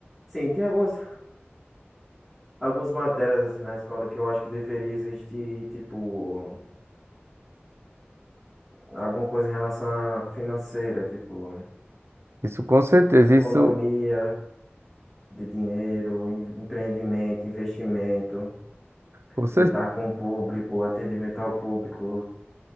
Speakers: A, in the centre; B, on the right.
A: Sim, tem algumas, algumas matérias assim na escola que eu acho que deveria existir, tipo, alguma coisa em relação à financeira, tipo,
B: Isso com certeza,
A: economia
B: isso
A: de dinheiro, em- empreendimento, investimento,
B: você
A: lidar com o público, atendimento ao público.